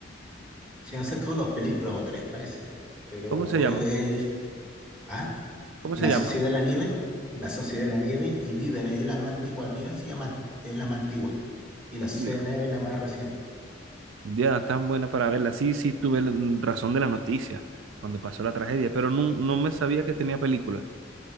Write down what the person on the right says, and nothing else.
¿Cómo
se llaman?
¿Cómo
se llaman?
Digo,
ya, tan buena para verla. Sí, sí, tuve la- mm, razón de las noticias cuando pasó la tragedia, pero no, no me sabía que tenía película.